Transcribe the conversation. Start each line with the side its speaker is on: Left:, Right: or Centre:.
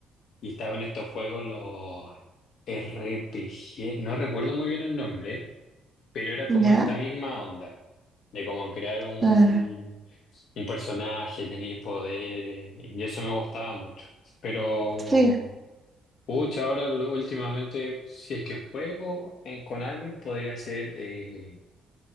Left: y estaban estos juegos, los RPG, no recuerdo muy bien el nombre, pero era como
Right: Ya,
Left: esta misma onda, de como crear un,
Right: claro.
Left: un personaje, tenías poderes, y eso me gustaba mucho. Pero,
Right: Sí,
Left: pucha, ahora lo- últimamente, si es que juego en- con alguien, podría ser eh,